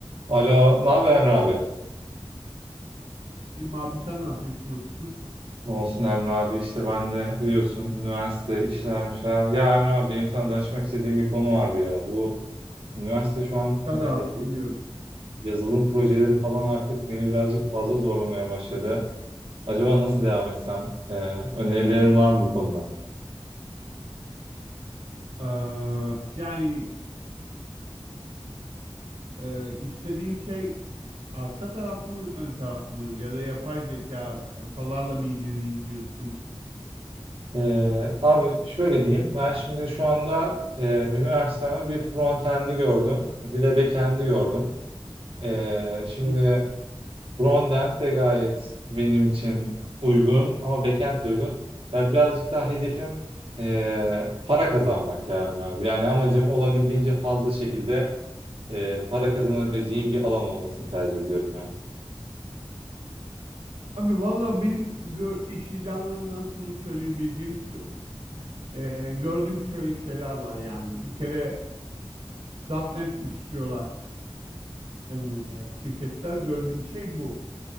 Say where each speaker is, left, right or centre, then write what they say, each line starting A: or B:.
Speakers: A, on the right; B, on the right.
A: Alo, ne haber Emre abi?
B: İyiyim abi sen ne yapıyorsun? Nasılsın?
A: Ne Olsun Emre abi işte ben de biliyorsun üniversite işlermişler. Ya Emre abi benim sana danışmak istediğim bir konu vardı ya. Bu üniversite şu an
B: Tabii
A: ya
B: abi
A: yazılım,
B: dinliyorum.
A: yazılım projeleri falan artık beni birazcık fazla zorlamaya başladı. Acaba nasıl devam etsem? Ee, önerilerin var mı bu konuda?
B: Ee, yani e, istediğin şey arka taraf mı ön taraf mı ya da yapay zeka datalarla mı ilgileneyim diyorsun?
A: Ee, abi şöyle diyeyim ben şimdi şu anda e, üniversiteme bir frontend'i gördüm bir de backend'i gördüm. Ee, şimdi
B: Hı?
A: Frontend de gayet benim için uygun ama backend de uygun. Ya birazcık daha hedefim eee, para kazanmak ya Emre abi. Yani amacım olabildiğince fazla şekilde eee, para kazanabileceğim bir alan olmasını tercih ediyorum ya.
B: Abi valla benim gör, iş ilanlarından sonra söyleyebileceğim şu. Ee, gördüğüm şöyle şeyler var yani. Bir kere .nokta .NET istiyorlar genel olarak şirketler. Gördüğüm şey bu.